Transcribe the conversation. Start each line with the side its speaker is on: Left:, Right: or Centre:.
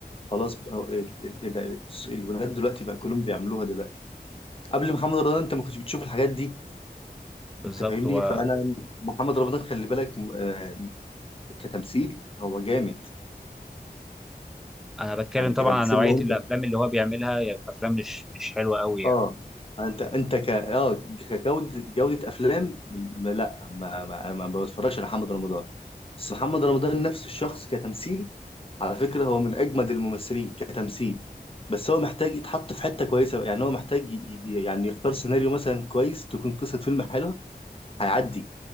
Left: خلاص بقى ال- ال- ال- الولاد دلوقتي بقى كلهم بيعملوها دلوقتي قبل محمد رمضان انت ما كنتش بتشوف الحاجات دي
Centre: بالظبط
Left: انت فاهمني
Centre: وانا
Left: فانا محمد رمضان خلي بالك م- آه، كتمثيل هو جامد
Centre: بتكلم
Left: يعني
Centre: طبعا
Left: كتمثيل
Centre: عن نوعية
Left: لو انت
Centre: الافلام اللي هو بيعملها يعني افلام مش مش حلوة قوي يعني
Left: اه انت انت ك اه كجوده جوده افلام م- لا ما, ما, ما بتفرجش على محمد رمضان بس محمد رمضان نفسه الشخص كتمثيل على فكره هو من اجمد الممثلين كتمثيل بس هو محتاج يتحط في حته كويسه يعني هو محتاج ي- ي- يعني يختار سيناريو مثلا كويس تكون قصه فيلم حلوه هيعدي